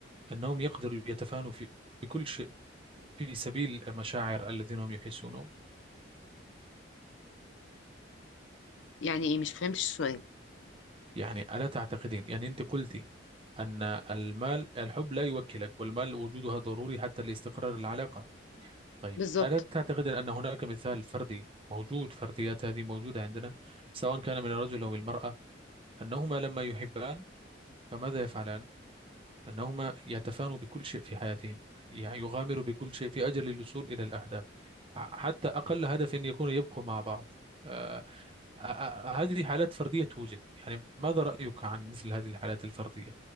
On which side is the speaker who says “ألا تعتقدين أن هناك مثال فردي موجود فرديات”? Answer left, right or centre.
Right